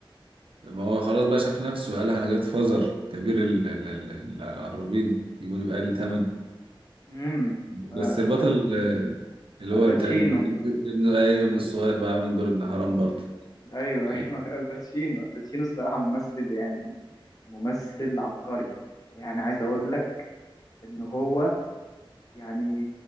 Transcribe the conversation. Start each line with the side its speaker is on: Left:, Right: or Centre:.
Right: ما هو خلاص بقى شاف نفسه قال لك انا جت فزر كبير ال- ال- ال- العرابين يجيبوني بأقل ثمن
Left: امم ف-
Right: بس البطل آه، اللي
Left: الباتشينو
Right: هو بتاع ال- ابن ايوه ابن الصغير بقى عمل دور ابن حرام برضه
Left: ايوه ايوه
Right: ايوه
Left: <laughs> الباتشينو الباتشينو الصراحه ممثل يعني ممثل عبقري يعني عايز اقول لك ان هو يعني